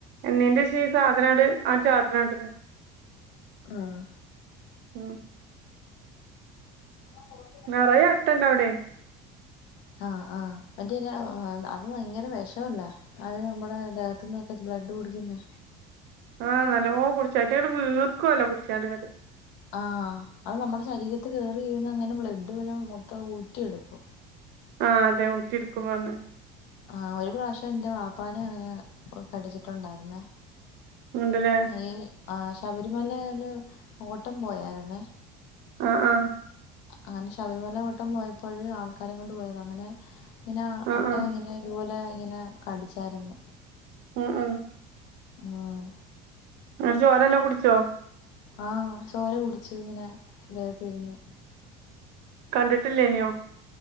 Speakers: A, on the right; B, on the left.
A: എന്നെൻ്റെ ഈ സാധന ആണ്ട് ചാട്ണണ്ട്
B: ആഹ്
A: ഉം
B: <inaudible>
A: നിറയെ അട്ട ഇണ്ട അവിടെ
B: ആഹ് ആഹ് മറ്റേലേ അത് ഭയങ്കര വിഷമല്ലേ അത് നമ്മുടെ ദേഹത്തുന്നൊക്കെ ബ്ലഡ് കുടിക്കുന്നെ
A: ആഹ് നല്ല ഓ കുടിച്ചായിട്ടങ്ങട് വീർക്കുവല്ലോ കുടിച്ചാണ്ട് കത്
B: ആഹ് അത് നമ്മുടെ ശരീരത്ത് കേറി കഴിഞ്ഞ ങ്ങനെ ബ്ലഡ് വല മൊത്തം ഊറ്റിയെടുക്കും
A: ആഹ് അതെ ഊറ്റിട്ക്കും പറഞ്ഞ്
B: ആഹ് ഒരു പ്രാവശ്യം എൻ്റെ വാപ്പാനെ അങ്ങനെ കടിച്ചിട്ടുണ്ടായിരുന്നേ
A: ഉണ്ട്ല്ലേ
B: ഈ ആഹ് ശബരിമല ഒരു ഓട്ടം പോയായിരുന്നേ
A: ആഹ് ആഹ്
B: അങ്ങനെ ശബരിമല വട്ടം പോയപ്പോഴ ആൾക്കാരെ കൊണ്ട് പോയത് അങ്ങനെ ഇങ്ങനെ
A: ആഹ്
B: അട്ട
A: ആഹ്
B: ഇങ്ങനെ ഇതുപോലെ ഇങ്ങനെ കടിച്ചായിരുന്നു
A: ഉം ഉം
B: ആഹ്
A: മേടിച്ചു ഓല് തന്നെ കുടിച്ചോ?
B: ആ ചോര കുടിച്ചു ഇങ്ങനെ ദേഹത്തിരുന്ന്.
A: കണ്ടിട്ടില്ലേനോ?